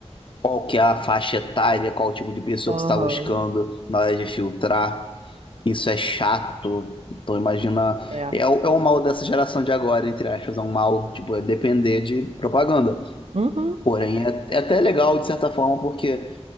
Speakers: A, on the left; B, on the right.
A: qual que é a faixa etária, qual o tipo de pessoa
B: aham,
A: que você está buscando na hora de filtrar. Isso é chato. Então imagina,
B: é.
A: é, o- é o mal dessa geração de agora, entre aspas, é um mal, tipo, é depender de propaganda.
B: Uhum,
A: Porém, é, é até legal de certa forma, porque